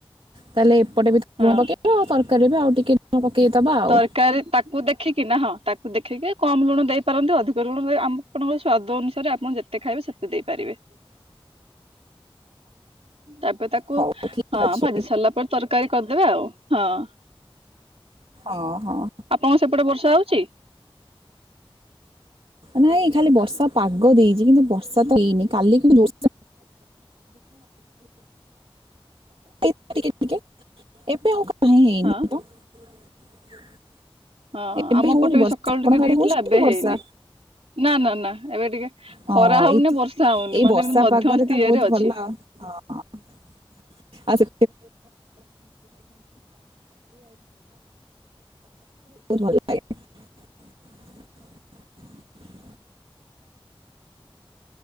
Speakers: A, on the right; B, on the right.
A: ତାହେଲେ, ଏପଟେ ବି
B: ହଁ।
A: ଲୁଣ ପକେଇବି ଆଉ ତରକାରୀରେ ବି ଆଉ ଟିକେ। <unintelligible> ଆଉ
B: ତରକାରୀ ତାକୁ ଦେଖିକି ନା ହଁ ତାକୁ ଦେଖିକି। କମ୍ ଲୁଣ ଦେଇପାରନ୍ତି। ଅଧିକ ଲୁଣ ଆପଣଙ୍କର ସ୍ଵାଦ ଅନୁସାରେ ଆପଣ ଯେତେ ଖାଇବେ ସେତେ ଦେଇପାରିବେ। ତାପରେ ତାକୁ
A: ହଉ ଠିକ
B: ହଁ
A: ଅଛି
B: ଭାଜି ସାରିଲା ପରେ ତରକାରୀ କରିଦେବା ଆଉ ହଁ। <inaudible>
A: ହଁ ହଁ।
B: ଆପଣଙ୍କ ସେପଟେ ବର୍ଷା ହଉଛି?
A: ନାଇଁ ଖାଲି ବର୍ଷା ପାଗ ଦେଇଛି କିନ୍ତୁ <unintelligible> ହେଇନି।
B: ହଁ
A: <inaudible>
B: ହଁ
A: ଏବେ
B: ଆମ
A: ହଉନି
B: ପଟେ
A: ବର୍ଷା
B: ବି ସକାଳୁ
A: ଆପଣଙ୍କ
B: ଟିକେ
A: ଆଡେ
B: ହେଇଥିଲା
A: ହଉଛି
B: ଏବେ
A: କି ବର୍ଷା
B: ହେଇନି। ନା ନା ନା ଏବେ ଟିକେ।
A: ହଁ
B: ଖରା ହଉନି
A: ଏଇ
B: ବର୍ଷା ହଉନି
A: ଏଇ
B: ମାନେ
A: ବର୍ଷା
B: ଏମିତି ମଧ୍ୟସ୍ଥି
A: ପାଗରେ ତ
B: ଇଏରେ
A: ବହୁତ ଭଲ
B: ଅଛି।
A: ହଁ ଆଉ ସେ <unintelligible>